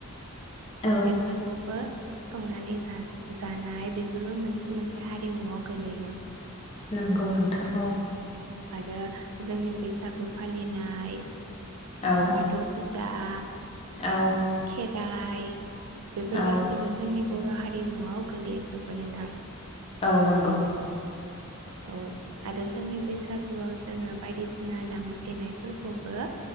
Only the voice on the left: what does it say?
औ
नंगौ नोंथां औ।
औ
औ
औ
औ नंगौ।